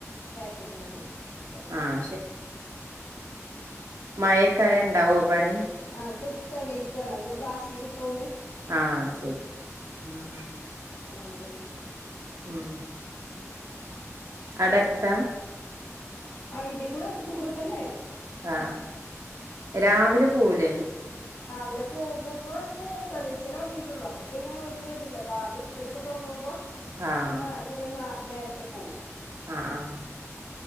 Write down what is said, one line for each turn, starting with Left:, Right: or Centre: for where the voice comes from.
Left: ടാപ്പിങ്ങാന്നെ അപ്പ അയിന്
Right: ആഹ്
Left: പോയിക്കും
Right: മായക്കായണ്ടാവോ പണി
Left: അ തെളിയിക്കാണ് അപ്പൊ പ്ലാസ്റ്റിക് ഇട്ടൊണ്ട്
Right: ആഹ് ശരി ആ
Left: അങ്ങനെ പോയിക്കാം
Right: ഉം അടട്ത്ത
Left: ആ ഇതി കൂടെ അടുത്ത കൂടെ തന്നെയ അല്ല
Right: ആ രാവിലെ പോവൂലേ
Left: രാവിലെ പോകും ഇപ്പൊ അതിന് തെളീച്ചൽ തുടങ്ങിയിട്ടുള്ളു അപ്പൊ പിന്നെ വലിയ ഇതില്ല പാാല കുറ്റലൊക്കെ തുടങ്ങുമ്പോ
Right: ആഹ്
Left: പിന്നെ ഇതിലന്ന് നേരത്തെ പോവും
Right: ആഹ് ആഹ്